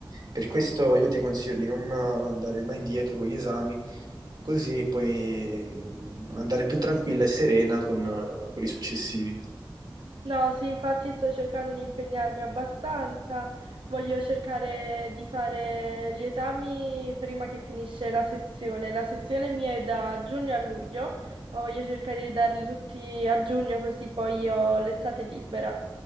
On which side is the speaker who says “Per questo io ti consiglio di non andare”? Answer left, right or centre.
Right